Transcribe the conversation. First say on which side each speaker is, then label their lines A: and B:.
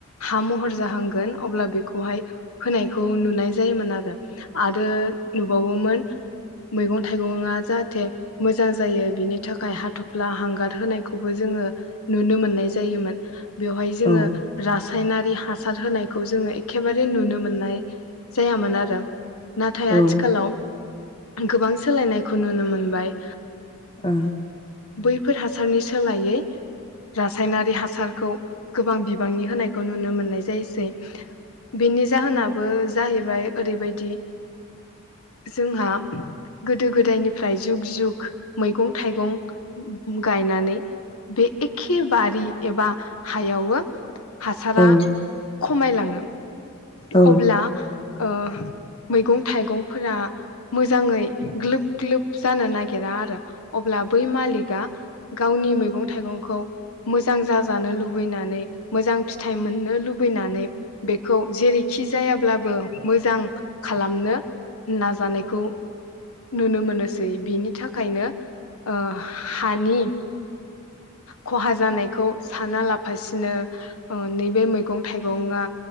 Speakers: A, on the left; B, on the left.
A: हा महर जाहांगोन अब्ला बेखौहाय होनायखौ नुनाय जायोमोन आरो आरो नुबावोमोन मैगं थाइगङा जाहाथे मोजां जायो बिनि थाखाय हाथफ्ला हांगार होनाय खौबो जोङो नुनो मोननाय जायोमोन बेवहाय जोङो
B: ओं औ
A: रासायनारि हासार होनायखौ जोङो एखेबारे नुनो मोननाय जायामोन आरो नाथाय
B: औ ओं
A: आथिखालाव गोबां सोलायनायखौ नुनो मोनबाय
B: ओ
A: बैफोर हासारनि सोलायै रासायनारि हासारखौ गोबां बिबांनि होनायखौ नुनो मोननाय जायोसै बिनि जाहोनाबो जाहैबाय ओरैबायदि जोंहा गोदो गोदायनिफ्राय जुग जुग मैगं थाइगं गायनानै बे एखे बारि एबा हायावो हासारा
B: ओं औ
A: खमायलाङो
B: औ
A: अब्ला ओ मैगं थाइगंफोरा मोजाङै ग्लोब ग्लोब जानो नागिरा आरो अब्ला बै मालिगा गावनि मैगं थाइगंखौ मोजां जाजानो लुबैनानै मोजां फिथाइ मोननो लुबैनानै बेखौ जेरैखि जायाब्लाबो मोजां खालामनो नाजानायखौ नुनो मोनोसै बिनि थाखायनो ओ हानि खहा जानाय खौ साना लाफासिनो ओ नैबे मैगं थाइगंआ